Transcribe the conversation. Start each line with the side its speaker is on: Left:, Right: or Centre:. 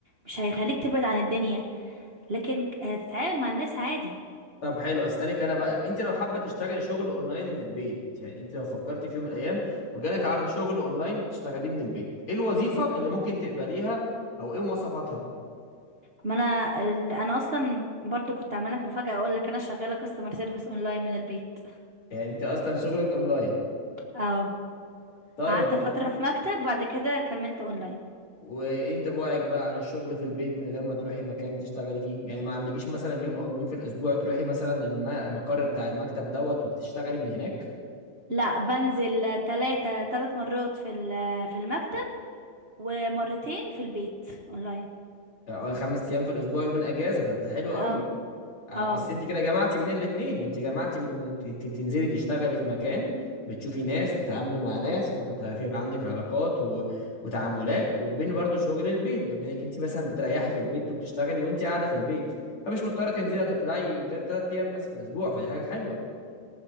Right: مش هيخليك تبعد عن الدنيا لكن هتتعامل مع الناس عادي
Left: طب حلو اسالك انا بقى انت لو حابه تشتغلي شغل اونلاين من البيت يعني انت لو فكرتي في يوم من الايام وجالك عرض شغل اونلاين تشتغليه من البيت ايه الوظيفه
Right: امم
Left: اللي ممكن تقبليها او ايه مواصفاتها
Right: ما انا ال- انا اصلا برضو كنت عامله لك مفاجاه اقول لك انا شغاله كاستمر سيرفيس اونلاين من البيت
Left: يعني انت اصلا شغلك اونلاين
Right: اه
Left: طيب
Right: قعدت فتره في مكتب بعد كده كملت اونلاين
Left: وانت بعدك بقى عن الشغل في البيت من غير ما تروحي مكان تشتغلي فيه يعني ما عندكيش مثلا يوم او يومين في الاسبوع تروحي مثلا الم- المقر بتاع المكتب دوت وتشتغلي من هناك
Right: لا بنزل تلاتة تلات مرات في ال- في المكتب ومرتين في البيت اونلاين
Left: آه، او خمس ايام في الاسبوع يومين اجازه ده ده حلو
Right: اه
Left: قوي آه،
Right: اه
Left: بس انت كده جمعتي بين الاتنين انت جمعتي بين انت انت بتنزلي تشتغلي في مكان بتشوفي ناس وتتعاملي مع ناس وتتعرفي يبقى عندك علاقات و... وتعاملات وبين برضو شغل البيت بما انك انت مثلا بتريحي في البيت وبتشتغلي وانت قاعده في البيت فمش مضطره تنزلي وتطلعي غير ثلاث ايام بس في الاسبوع فدي حاجه حلوه